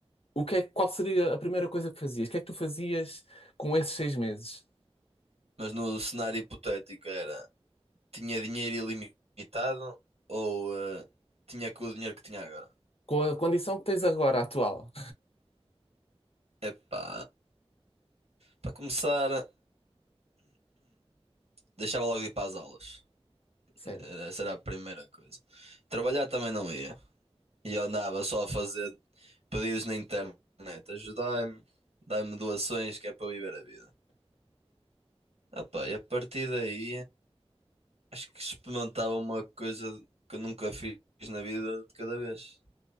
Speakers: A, on the left; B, on the right.
A: o que é, qual seria a primeira coisa que fazias? O que é que tu fazias com esses seis meses?
B: Mas no cenário hipotético era: tinha dinheiro ilimitado ou eh, tinha com o dinheiro que tinha agora?
A: Com a condição que tens agora, atual?
B: Epá, para começar, deixava logo de ir para as aulas.
A: <laughs> Sério?
B: Era- essa era a primeira coisa. Trabalhar também não ia. E eu andava só a fazer pedidos na internet. Ajudai-me, dai-me doações que é para eu viver a vida. Epá, e a partir daí, acho que experimentava uma coisa que eu nunca fiz na vida de cada vez.